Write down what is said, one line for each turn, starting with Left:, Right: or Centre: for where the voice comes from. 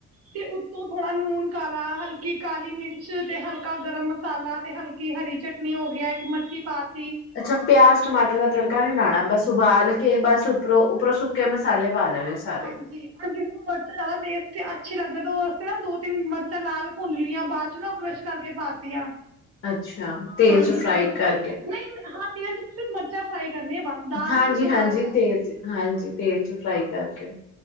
Right: ਤੇ ਉੱਤੋਂ ਥੋੜਾ ਲੂਨ ਕਾਲਾ, ਹਲਕੀ ਕਾਲੀ ਮਿਰਚ ਤੇ ਹਲਕਾ ਗਰਮ ਮਸਾਲਾ ਤੇ ਹਲਕੀ ਹਰੀ ਚਟਨੀ ਹੋ ਗਿਆ। ਇੱਕ ਮੱਠੀ ਪਾਤ
Left: ਅੱਛਾ ਪਿਆਜ਼ ਟਮਾਟ ਦਾ ਤੜਕਾ ਨੀ ਲਾਣਾ, ਬਸ ਉਬਾਲ ਕੇ, ਬਸ ਉੱਪਰੋਂ ਉੱਪਰੋਂ ਸੁੱਕੇ ਮਸਾਲੇ ਪਾ ਦੇਣੇ ਸਾਰੇ
Right: ਹਾਂਜੀ ਕਿਸੇ ਨੂੰ ਮਰਚ ਜ਼ਿਆਦਾ ਟੇਸਟੀ ਅੱਛੀ ਲੱਗ ਜਦੋਂ ਅਸੀਂ ਨਾ ਦੋ ਤਿੰਨ ਮਿਰਚਾਂ ਲਾਲ ਭੁੰਨ ਲਈਆਂ ਬਾਅਦ ਨ ਕਰੈਸ਼ ਕਰ ਕੇ ਪਾ ਤੀਆਂ
Left: ਅੱਛਾ ਤੇਲ
Right: ਹਾਂਜੀ
Left: ਚ ਫਰਾਈ
Right: ਥੋੜਾ
Left: ਕਰਕੇ
Right: ਨਹੀਂ ਤੇਲ ਚ ਸਿਰਫ਼ ਮਰਚਾ ਫਰਾਈ ਕਰਨੀ ਹੈ ਬਸ ਦਾਲ
Left: ਹਾਂਜੀ
Right: ਸਿਰਫ
Left: ਹਾਂਜੀ
Right: ਉਬਾਲਣਾ
Left: ਤੇਲ
Right: ਹੈ
Left: ਚ ਹਾਂਜੀ ਤੇਲ ਚ ਫਰਾਈ ਕਰਕੇ